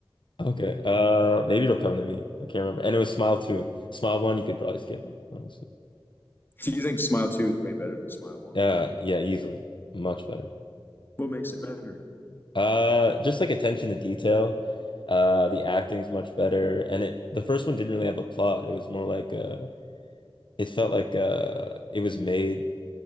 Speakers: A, on the left; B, on the left.
A: Okay. Uh, maybe it'll come to me. I can't remember. And it was Smile 2. Smile 1, you could probably skip it, honestly.
B: Do you think Smile Two is way better than Smile One?
A: Uh, yeah, easily. Much better.
B: What makes it better?
A: Uh, just like attention to detail. Uh, the acting's much better. And it the first one didn't really have a plot. It was more like uh it felt like uh it was made